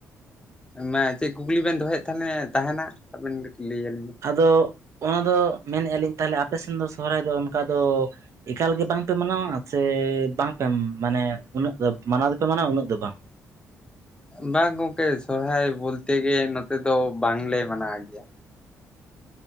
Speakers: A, on the left; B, on the right.
A: ᱢᱟ ᱪᱮᱫ ᱠᱩᱠᱞᱤ ᱵᱮᱱ ᱫᱚᱦᱚᱭᱮᱫ ᱛᱟᱦᱮ ᱛᱟᱦᱮᱸᱱᱟ ᱟᱵᱮᱱ ᱜᱮ ᱞᱟᱹᱭ ᱟᱞᱤᱧ ᱵᱤᱱ᱾
B: ᱟᱫᱚ ᱚᱱᱟᱫᱚ ᱢᱮᱱ ᱟᱞᱤᱧ ᱛᱟᱦᱞᱮ ᱟᱯᱮ ᱥᱮᱱ ᱫᱚ ᱥᱚᱦᱚᱨᱟᱭ ᱫᱚ ᱚᱱᱠᱟ ᱫᱚ ᱮᱠᱟᱞ ᱜᱮ ᱵᱟᱝᱯᱮ ᱢᱟᱱᱟᱣᱟ, ᱥᱮ ᱵᱟᱝ ᱯᱮ ᱢᱟᱱᱮ ᱩᱱᱟᱹᱜ ᱫᱚ ᱢᱟᱱᱟᱣ ᱫᱚᱯᱮ ᱢᱟᱱᱟᱣᱟ ᱩᱱᱟᱹᱜ ᱫᱚ ᱵᱟᱝ?
A: ᱵᱟᱝ ᱜᱚᱝᱠᱮ ᱥᱚᱨᱦᱥᱟᱭ ᱵᱚᱞᱛᱮ ᱜᱮ ᱱᱚᱛᱮ ᱫᱚ ᱵᱟᱝᱞᱮ ᱢᱟᱱᱟᱣ ᱜᱮᱭᱟ᱾